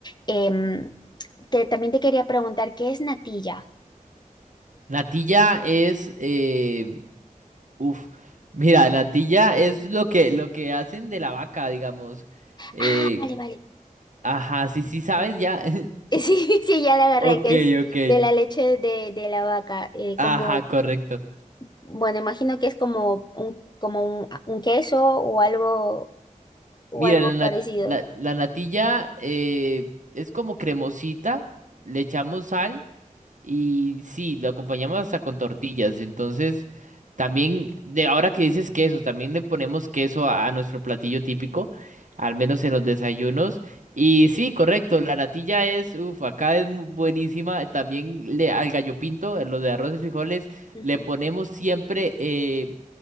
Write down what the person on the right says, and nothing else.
Natilla es, eh, uf, mira, natilla es lo que, lo que hacen de la vaca, digamos. Eh,
ajá, sí, sí, sabes ya. <laughs>
Ok,
ok.
Ajá,
correcto.
Mira,
la, nat-
la, la natilla eh, es como cremosita, le echamos sal. Y sí, lo acompañamos hasta con tortillas. Entonces, también, de ahora que dices queso, también le ponemos queso a, a nuestro platillo típico, al menos en los desayunos. Y sí, correcto, la natilla es, uff, acá es mu- buenísima. También le, al gallo pinto, a los de arroz y frijoles,
le ponemos siempre eh,